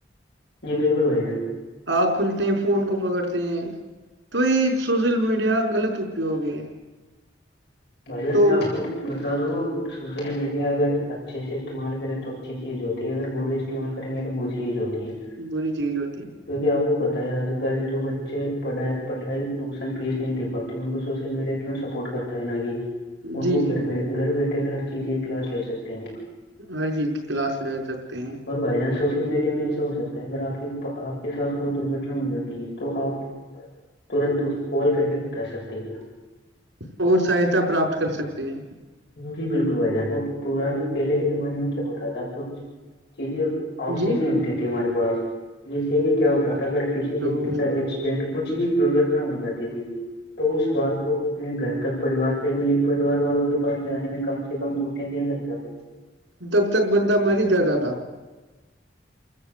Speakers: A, on the left (about 65°); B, on the right (about 85°).
A: جی بالکل بھائیان
B: ہاں کھلتے ہیں فون کو پکڑتے ہیں تو یہ سوشل میڈیا غلط اپیوگ ہے
A: بھان
B: تو
A: میں آپ کو دد سوشل میڈیا اگر اچھے سے استعمال کرے تو اچھی چیز ہوتی ہے اگر برے استعمال پ یہ بہ سی اییز ہوتی ہے
B: بری چیز ہوتی ہے
A: کیوںکہ آپ کو پت ہے آج کل جو بچے پڑھائی پڑھائی ٹیوشن فیس نہیں دے پاتے ان کو سوشل میڈیا اتنا سپورٹ کرتا ہے نہ کہ
B: ہے
A: ان
B: جی
A: کو گھر بی گھر بیٹھے ہر چیز کی کلاس لے سکتے ہیں وہ
B: ہر جیت کلاس لے سکتے ہیں
A: اور بائی چانس سوشل میڈیا میں ایسا ہو سکتا ہے اگر آپ کے آپ کے ساتھ کوئی درگٹنا ہو جاتی ہے تو آپ ترنت اس کال کر کے بتا سکتے ہیں
B: اور سہیتا پراپت کر سکتے ہیں
A: جی بالکل بھائی جان اور پرانے پہلے کے زمانے میں کیا ہوتا تھا کچھ <unintelligible> آوشک
B: جی
A: نہیں ہوتی تھی ہمارے پا جسے کہ کیا ہوتا تھا اگر کسی
B: ہلو
A: ویکتی کا ایکسیڈینٹ کچھ بھی درگھٹنا ہو جاتی تھی تو اس بات کو اپنے گھر تک پریوار فیملی پریوار والوں کے پاس جانے میں کم سے کم دو تین دن لگ جاتے تھے
B: تب تک بند مر جاتا تھا